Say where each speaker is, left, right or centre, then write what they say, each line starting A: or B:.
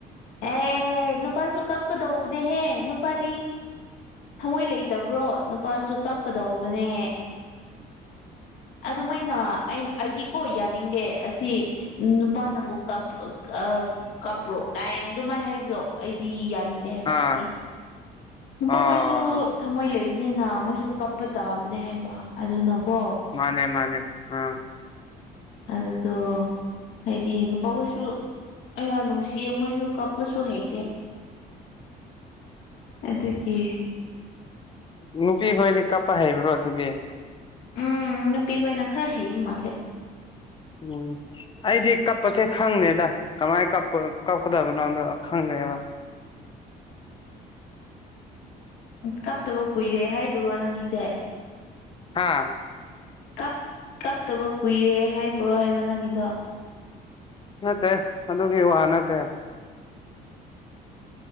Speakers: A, on the left; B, on the left.
A: ꯑꯦ ꯅꯨꯄꯥꯖꯨ ꯀꯞ ꯀꯗꯧꯕꯅꯦꯍꯦ ꯅꯨꯄꯥꯗꯤ ꯊꯃꯣꯏ ꯂꯩꯇꯕ꯭ꯔꯣ ꯅꯨꯄꯥꯖꯨ ꯀꯥꯞꯀꯗꯧꯕꯅꯦ ꯑꯗꯨꯃꯥꯏꯅ ꯑꯩꯅ ꯑꯩꯗꯤꯀꯣ ꯌꯥꯅꯤꯡꯗꯦ ꯑꯁꯤ ꯅꯨꯄꯥꯅꯕꯨ ꯀꯞ ꯑꯥ ꯀꯥꯞ꯭ꯔꯣ ꯀꯥꯏ ꯑꯗꯨꯃꯥꯏ ꯍꯥꯏꯕꯗꯣ ꯑꯩꯗꯤ ꯌꯥ ꯅꯤꯡꯗꯦ ꯍꯥꯏꯕ
B: ꯑꯥ
A: ꯑꯩ ꯅꯨꯄꯥꯈꯣꯏꯁꯨ
B: ꯑꯥ
A: ꯊꯃꯣꯏ ꯂꯩ ꯅꯦꯅ ꯃꯣꯏꯁꯨ ꯀꯞꯄ ꯇꯥꯕꯅꯦ ꯍꯥꯏꯕ ꯑꯗꯨꯅꯀꯣ
B: ꯃꯥꯅꯦ ꯃꯥꯅꯦ ꯑꯥ
A: ꯑꯗꯨꯗꯣ ꯍꯥꯏꯗꯤ ꯅꯨꯄꯥ ꯀꯣꯏꯁꯨ ꯑꯩꯌꯥ ꯅꯨꯡꯁꯤꯌꯦ ꯃꯣꯏꯁꯨ ꯀꯥꯞꯄꯁꯨ ꯍꯩꯇꯦ ꯑꯗꯨꯒꯤ
B: ꯅꯨꯄꯤ ꯈꯣꯏꯗꯤ ꯀꯞꯄ ꯍꯩꯕ꯭ꯔꯣ ꯑꯗꯨꯗꯤ
A: ꯎꯝ ꯅꯨꯄꯤꯈꯣꯏꯅ ꯈꯔ ꯍꯩꯕ ꯃꯥꯜꯂꯦ
B: ꯎꯝ ꯑꯩꯗꯤ ꯀꯞꯄꯁꯦ ꯈꯪꯗꯦꯗ ꯀꯃꯥꯏ ꯀꯄ ꯀꯞꯀꯗꯕꯅꯣꯗ ꯈꯪ ꯗꯦꯕ
A: <inaudible> ꯀꯞꯇꯕ ꯀꯨꯏꯔꯦ ꯍꯥꯏꯗꯨꯔꯣ ꯅꯪꯒꯤꯁꯦ
B: ꯍꯥꯥ
A: ꯀꯞ ꯀꯞꯇꯕ ꯀꯨꯏꯔꯦ ꯍꯥꯏꯕ꯭ꯔꯣ ꯍꯥꯏꯕ ꯅꯪꯒꯤꯗꯣ
B: ꯅꯠꯇꯦ ꯑꯗꯨꯒꯤ ꯋꯥ ꯅꯠꯇꯦ